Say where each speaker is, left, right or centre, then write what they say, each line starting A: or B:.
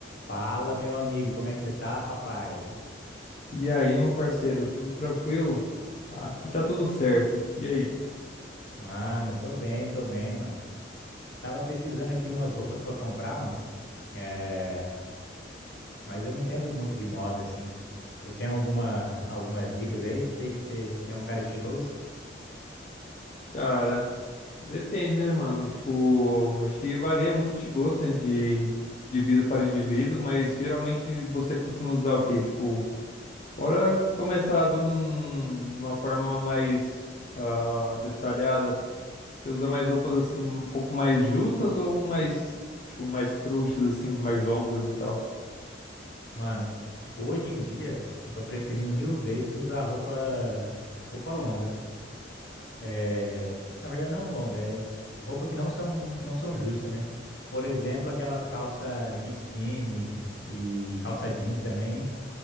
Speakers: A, on the left; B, on the left.
A: Fala, meu amigo, como é que você tá, papai?
B: E aí, meu parceiro, tudo tranquilo? Aqui tá tudo certo. E aí?
A: Mano, tô bem, tô bem, mano. Tava pesquisando aqui umas roupas pra comprar, mano. É, mas eu não entendo muito de moda assim. Você tem alguma algumas dicas aí? Sei que você é um cara estiloso.
B: Cara, depende, né, mano? Tipo, acho que varia muito de gosto, né, de de indivíduo para indivíduo, mas geralmente você costuma usar o quê? Tipo, bora começar de um- uma forma mais ah, detalhada. Você usa mais roupas, assim, um pouco mais justas ou mais, tipo, mais frouxas, assim, mais longas e tal?
A: Mano, hoje em dia eu tô preferindo mil vezes usar roupa roupa longa. É, na verdade não longa, é roupa que não são não são justas, né? Por exemplo, aquelas calça skinny e calça jeans também.